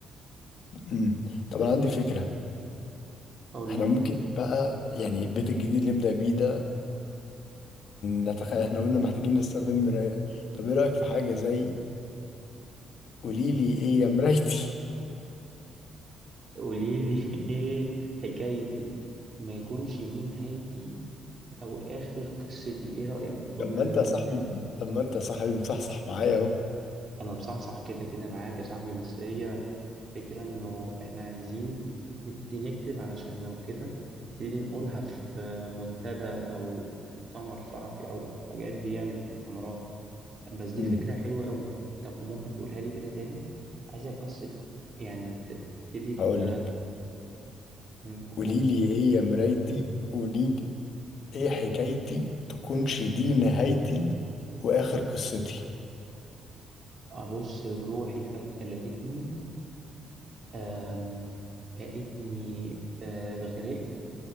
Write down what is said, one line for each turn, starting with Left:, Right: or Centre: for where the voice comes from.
Left: امم طب انا عندي فكرة
Right: أقول
Left: احنا
Right: لي
Left: ممكن بقى يعني البيت الجديد اللي نبدأ بيه ده نتخيل احنا قلنا محتاجين نستخدم مراية طب ايه رأيك في حاجة زي قوليلي ايه يا مرايتي
Right: قولي لي <laughs> إيه حكايتي ما يكونش دي نهايتي أو آخر قصتي إيه رأيك في الجملة
Left: طب ما
Right: اللي
Left: انت
Right: أنا
Left: يا صاحبي
Right: قلتها هنا؟
Left: طب ما انت يا صاحبي مصحصح معايا اهو
Right: أنا مصحصح كده كده معاك يا صاحبي بس هي فكرة إنه إحنا عايزين نبتدي نكتب علشان لو كده نبتدي نقولها في منتدى أو مؤتمر صحفي أو الحاجات دي يعني في المؤتمرات بس دي
Left: مم.
Right: فكرة حلوة قوي طب ممكن تقولها لي كده تاني عايزك بس ت- يعني ت- تبتدي
Left: هقول
Right: ت-
Left: لك
Right: مم،
Left: قولي
Right: قول.
Left: لي ايه يا مرايتي قولي لي ايه حكايتي تكونش دي نهايتي واخر قصتي
Right: أبص لروحي فجأة لقيتني أم لقيتني آه، غرقت